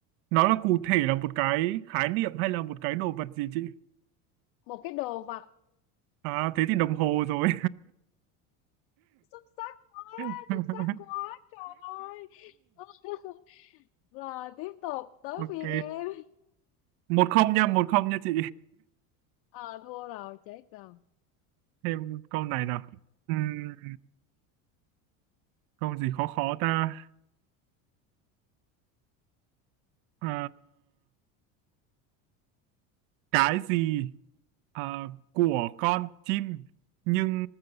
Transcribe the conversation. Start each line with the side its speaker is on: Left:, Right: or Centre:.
Right: nó là cụ thể là một cái khái niệm hay là một cái đồ vật gì chị
Left: một cái đồ vật
Right: à thế thì đồng hồ rồi
Left: xuất sắc quá
Right: <laughs>
Left: xuất sắc quá trời ơi <laughs> rồi tiếp tục tới
Right: ok
Left: phiên em
Right: một không nha một không nha chị
Left: ờ thua rồi chết rồi
Right: thêm câu này nào Ừm, câu gì khó khó ta Ờ, cái gì ờ, của con chim nhưng